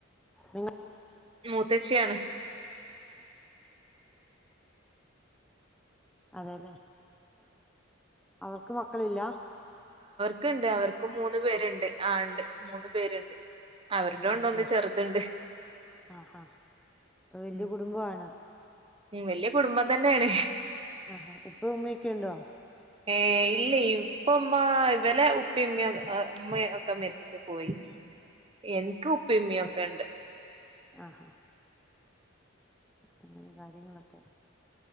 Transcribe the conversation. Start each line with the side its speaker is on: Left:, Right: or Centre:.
Centre: നിങ്ങ
Right: മൂത്തച്ചിയാണ്
Centre: അതെലേ അവർക്ക് മക്കളില്ല
Right: ക്കിണ്ട് അവർക്ക് മൂന്ന് പേരിണ്ട് ആണ്ട് മൂന്ന് പേരുണ്ട് അവരുടെ
Centre: അതല്ലേ
Right: ഉണ്ട് ഒന്ന് ചെറുതുണ്ട്
Centre: ആഹ് ഹ വല്ല്യ
Right: ഉം
Centre: കുടുംബമാണ
Right: വല്യ കുടുംബം തന്നെണ്
Centre: ആഹാ ഉപ്പ ഉമ്മയൊക്കെയുണ്ടോ
Right: ഏഹ് ഇല്ല ഇപ്പം ഉമ്മ ഇവലെ പ്പേം ഉമ്മേം ഒക്കെ മരിച്ച് പോയി എന്ക്ക് ഉപ്പേമ്മ്യ ക്കണ്ട്
Centre: ആഹ് ഹാ അങ്ങനെ കാര്യങ്ങളൊക്കെ